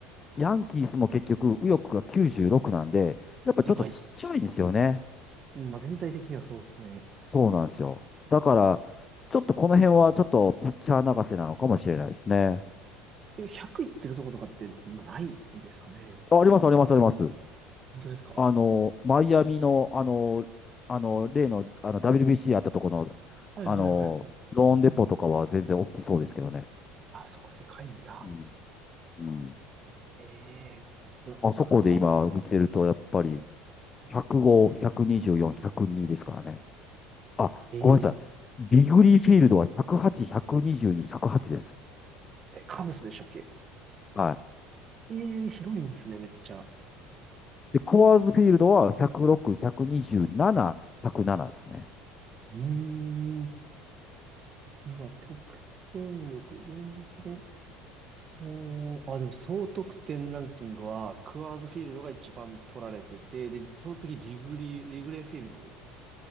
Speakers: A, on the left; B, on the right.
A: ヤンキースも結局、右翼が96なんで、やっぱちょっとちっちゃいんですよね。
B: でかいっす。うんまあ全体的にはそうっすね。
A: そうなんですよ。だから、ちょっとこの辺はちょっとピッチャー泣かせなのかもしれないですね。
B: え、100いってるとことかって、まあないんですかね。
A: あ、あります、あります、あります。
B: 本当ですかは
A: あの、マイアミの、あの、あの、例の、あの、WBC あったところの、
B: いはいはいはい。
A: あの、ローンデポとかは全然大きそうですけどね。
B: あそこでかいんだ。
A: うん。うん。
B: ええー、
A: あそこで今見てると、
B: クワ、
A: やっぱり、105、124、102ですからね。あ、
B: えー
A: ごめんなさい。ビグリーフィールドは108、122、108です。
B: え、カブスでしたっけ
A: はい。
B: ええー広いんですね、めっちゃ。
A: で、コアーズフィールドは106、127、107ですね。
B: うーん。今、得点力、現実的に。おー、あ、でも総得点ランキングは、クワーズフィールドが一番取られてて、で、その次、リグリ、リグレーフィールド